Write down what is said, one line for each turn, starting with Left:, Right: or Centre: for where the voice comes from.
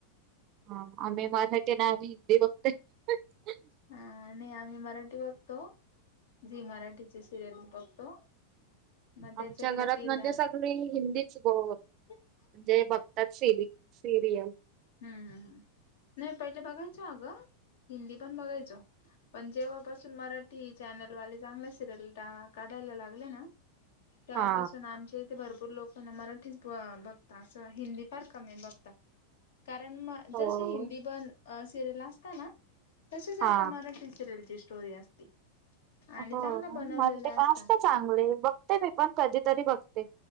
Right: हा.. आम्ही मराठी नाय आम्ही हिंदी बघतोय.
Left: हा नाही आम्ही मराठी बघतो झी मराठीचे सिरियल्स बघतो. मग त्याच्यातला
Right: आमच्या घरात
Left: तिला
Right: मध्ये सगळी हिंदीच ब
Left: हम्म
Right: म्हणजे बघतात सिरि सिरियल.
Left: हम्म हम् हम्.. नाही पहिले बघायचो आगं हिंदी पण बघायचो. पण जेव्हापासून मराठी चॅनलवाले, चांगले सिरियल टा काढायला लागले ना. तेव्हापासून
Right: हा.
Left: आमच्या इथे भरपूर भरपूर लोकांना मराठीच ब बघता असं हिंदी फार कमी बघता. कारण म
Right: हो.
Left: जशी, हिंदी बन सिरियल असत ना. तसेच
Right: हा
Left: आता मराठी सिरियल ची स्टोरी असते. आणि
Right: हो
Left: चांगल्या बनवलेल्या
Right: मला ते
Left: असता
Right: आस्त चांगले, बघते मी पण कधीतरी बघते.